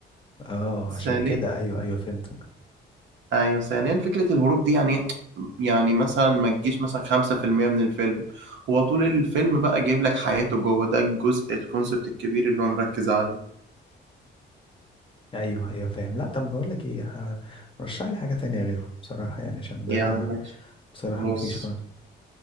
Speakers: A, on the left; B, on the right.
A: اه
B: ثانيا
A: عشان كده ايوه ايوه فهمتك
B: ايوه ثانيا فكره الهروب دي يعني يعني مثلا ما تجيش مثلا 5% من الفيلم هو طول الفيلم بقى جايب لك حياته جوه ده الجزء الكونسبت الكبير اللي هو مركز عليه
A: ايوه ايوه فاهم لا طب بقول لك ايه ه- رشح لي حاجه تانية غيره بصراحه يعني عشان ده
B: يعني ماشي
A: بصراحه
B: بص
A: ما فيش خالص